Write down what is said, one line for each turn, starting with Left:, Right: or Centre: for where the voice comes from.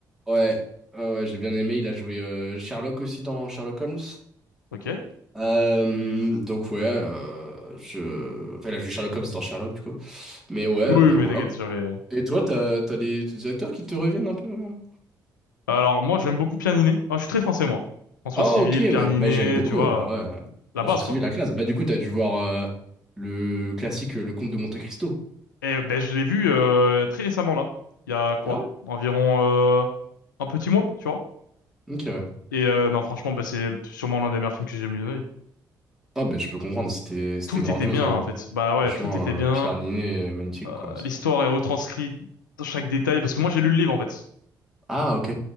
Centre: Ouais, ouais, ouais, j'ai bien aimé. Il a joué euh, Sherlock aussi dans Sherlock Holmes.
Left: Ok.
Centre: Euh, donc ouais, euh, je... Enfin, là, je suis Sherlock Holmes dans Sherlock, du coup. Mais ouais, euh,
Left: Oui, oui, mais
Centre: voilà,
Left: t'inquiète,
Centre: quoi.
Left: j'avais. euh.
Centre: Et toi, t'as, t'as des, t'as des acteurs qui te reviennent un peu? hein
Left: Alors moi, j'aime beaucoup Pierre Ninet. Ah, je suis très français moi. François
Centre: Ah,
Left: Civil,
Centre: ok, ouais.
Left: Pierre Ninet,
Centre: Mais j'aime beaucoup,
Left: tu vois,
Centre: euh,
Left: euh,
Centre: ouais.
Left: la
Centre: François
Left: base
Centre: Civil,
Left: quoi.
Centre: la classe. Bah, du coup, t'as dû voir euh, le classique euh, Le Comte de Monte-Cristo.
Left: Et ben je l'ai vu euh, très récemment là. Il y a quoi?
Centre: Ah ouais?
Left: Environ euh, un petit mois, tu vois.
Centre: Ok. ouais.
Left: Et euh, non, franchement, bah, c'est sûrement l'un des meilleurs films que j'ai mis de ma vie.
Centre: Ah, bah, je peux comprendre, c'était, c'était
Left: Tout
Centre: grandiose,
Left: était bien
Centre: hein.
Left: en fait. Bah ouais,
Centre: Franchement,
Left: tout était bien.
Centre: euh, Pierre Niney, magnifique,
Left: Euh,
Centre: quoi. c'est-
Left: l'histoire est retranscrite dans chaque détail parce que moi j'ai lu le livre en fait.
Centre: Ah, ok.